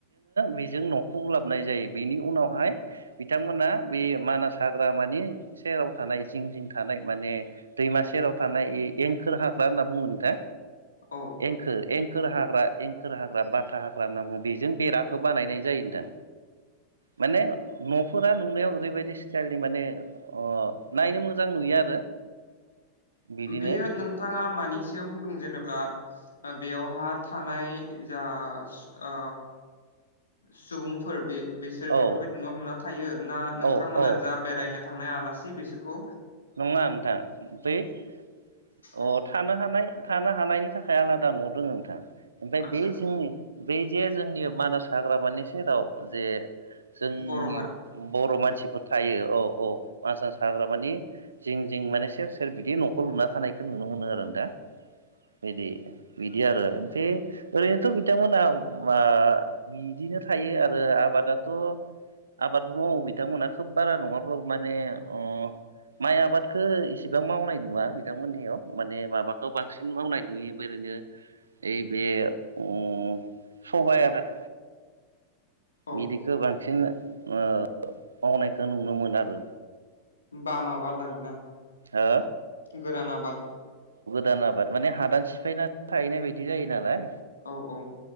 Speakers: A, on the right; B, on the left.
A: बेजों न'खौ उलाबनाय जायो बेनि उनावहाय बिथांमोना बे मानास हाग्रामानि सेराव थानाय जिं-जिं थानाय माने दैमा सेराव थानाय ए एंखोर हाग्रा होनना बुंङो नोंथां
B: औ
A: एंखोर एं एंखोर हाग्रा-एंखोर हाग्रा बाथा हाग्रा होनना बुङो बेजों बेराखौ बानायनाय जायो नोंथां माने न'फोरा नुनायाव ओरैबायदि स्टाइलनि माने अ नायनो मोजां नुयो आरो। बिदिनो
B: बेयो नोंथाङा मानिसायाव बुंदों जेनेब्ला बेवहा थानाय जास ओ सुबुंफोर बे बिसोरो
A: ओ
B: बेफोरबायदि न' लुना थायो ना
A: औ
B: नोंथांमोना
A: औ औ
B: जा बेरायनो थांनाय आलासि बेसोरखौ
A: नङा नोंथां बै अ
B: औ
A: थानो हानाय थानो हानायनि थाखाय आलादा न'दोङो नोंथां। ओमफाय
B: आदसा
A: बे
B: आदसा
A: जोंनि बै जे जोंनि मानास हाग्रामानि सेराव जे जोंनि
B: बर' हा
A: बर' मानसिफोर थायो औ औ पासा हाग्रा मानि जिं जिं माने सेर सेर बिदि न'खौ लुना थानायखौ नुनो मोनो आरो दा। बिदि बिदि आरो ओमफ्राय ओरैनोथ' बिथांमोना मा बिदिनो थायो आरो आबादा थ' आबादबो मावो बिथांमोनहा खोब बारा नङाब्लाबो माने अ माइ आबादखौ इसेबां मावनाय नङा बिथांमोननियाव माने माबाखौ बांसिन मावनाय नुयो ओरैनो ओइ बे उम सबाइ आबाद
B: औ
A: बिदिखो बांसिन ओ मावनायखौ नुनो मोनो आरो।
B: बा माबा आबाद आरो ना
A: हो
B: गोरान आबाद।
A: दान आबाद माने हादान सिफायनानै थाहैनाय बायदि जायो नालाय
B: औ- औ